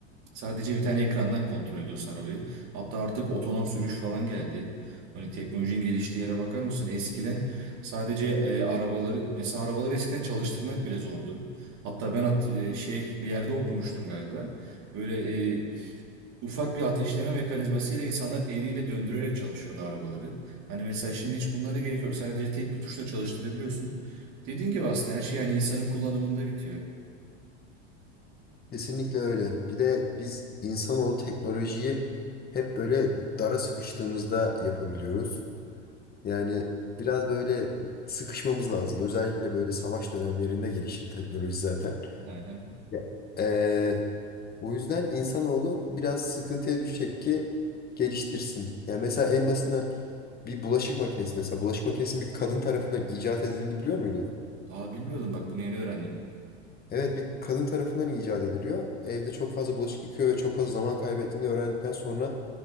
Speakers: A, on the right (about 50°); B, on the left (about 25°).
A: Sadece bir tane ekrandan kontrol ediyorsun arabayı. Hatta artık otonom sürüş falan geldi. Hani teknolojinin geliştiği yere bakar mısın? Eskiden sadece e, arabaları mesela arabaları eskiden çalıştırmak bile zordu. Hatta ben at e, şey bir yerde okumuştum galiba. Böyle e, ufak bir ateşleme mekanizmasıyla insanlar eliyle döndürerek çalışıyordu arabaları. Hani mesela şimdi hiç bunlara gerek yok. Sadece tek bir tuşla çalıştırabiliyorsun. Dediğin gibi aslında her şey yani insanın kullanımında bitiyor.
B: Kesinlikle öyle. Bir de biz insanoğlu teknolojiyi hep böyle dara sıkıştığımızda yapabiliyoruz. Yani biraz böyle sıkışmamız lazım. Özellikle böyle savaş dönemlerinde gelişir teknoloji zaten.
A: Hı hı.
B: Ya. Ee, bu yüzden insanoğlu biraz sıkıntıya düşecek ki geliştirsin. Yani mesela en basitinden bir bulaşık makinesi mesela bulaşık makinesinin bir kadın tarafından icat edildiğini biliyor muydun?
A: Aa bilmiyordum bak bunu yeni öğrendim.
B: Evet bir kadın tarafından icat ediliyor. Evde çok fazla bulaşık yıkıyor ve çok fazla zaman kaybettiğini öğrendikten sonra